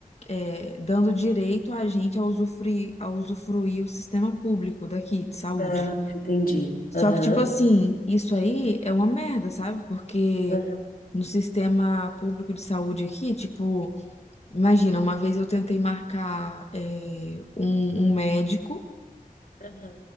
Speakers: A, on the left; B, on the left.
A: é, dando direito a gente a usufruir, a usufruir o sistema público daqui, de saúde.
B: ah, entendi.
A: Só
B: Aham,
A: que, tipo assim, isso aí é uma merda, sabe? Porque
B: aham,
A: no sistema público de saúde aqui, tipo. Imagina, uma vez eu tentei marcar eh, um, um médico,
B: aham.